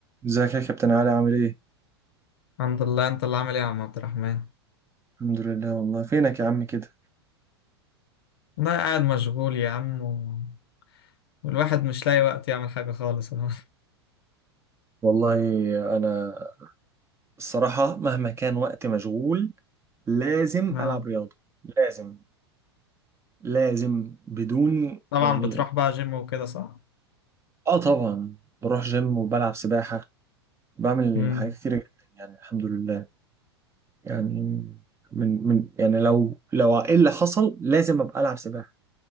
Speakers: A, on the right; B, on the left.
A: ازيك يا كابتن علي عامل ايه؟
B: الحمد لله انت اللي عامل ايه يا عم عبد الرحمن
A: الحمد لله والله فينك يا عم كده؟
B: ده قاعد مشغول يا عم و... والواحد مش لاقي وقت يعمل حاجة خالص اهو
A: والله انا الصراحة مهما كان وقت مشغول لازم
B: <laughs> اه
A: العب رياضة لازم لازم بدون
B: طبعا
A: يعني
B: بتروح بقى جيم وكده صح؟
A: اه طبعا بروح جيم وبلعب سباحة بعمل
B: امم
A: حاجات كتيرة جدا يعني الحمد لله يعني من من يعني لو لو ايه اللي حصل لازم ابقى العب سباحة